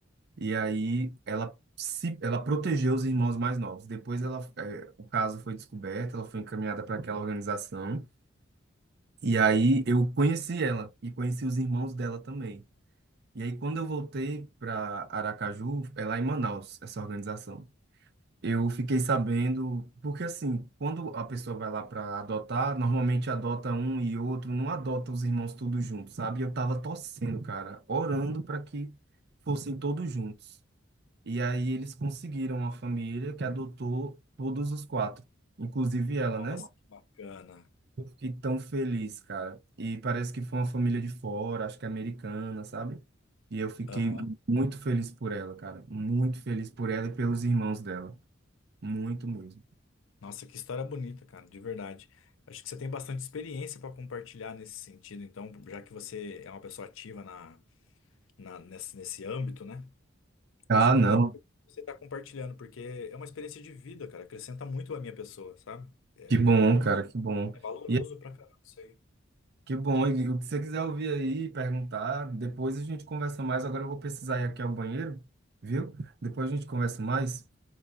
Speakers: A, on the right; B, on the left.
A: E aí ela se, ela protegeu os irmãos mais novos. Depois ela, eh, o caso foi descoberto, ela foi encaminhada para aquela organização. E aí eu conheci ela e conheci os irmãos dela também. E aí quando eu voltei para Aracaju, é lá em Manaus, essa organização. Eu fiquei sabendo, porque assim, quando a pessoa vai lá para adotar, normalmente adota um e outro, não adota os irmãos todos juntos, sabe? E Eu tava torcendo, cara, orando para que fossem todos juntos. E aí eles conseguiram uma família que adotou todos os quatro, inclusive ela,
B: Nossa,
A: né?
B: que bacana.
A: Eu fiquei tão feliz, cara. E parece que foi uma família de fora, acho que americana, sabe? E eu fiquei
B: Aham.
A: muito feliz por ela, cara. Muito feliz por ela e pelos irmãos dela. Muito mesmo.
B: Nossa, que história bonita, cara, de verdade. Acho que você tem bastante experiência para compartilhar nesse sentido, então, já que você é uma pessoa ativa na, na- nesse, nesse âmbito, né?
A: Ah,
B: Eu fico
A: não.
B: muito feliz que você está compartilhando, porque é uma experiência de vida, cara, acrescenta muito à minha pessoa, sabe? É,
A: Que bom, cara, que bom.
B: é valoroso
A: E é,
B: pra caramba isso aí.
A: que bom. E o que você quiser ouvir aí, perguntar, depois a gente conversa mais. Agora eu vou precisar ir aqui ao banheiro, viu? Depois a gente conversa mais.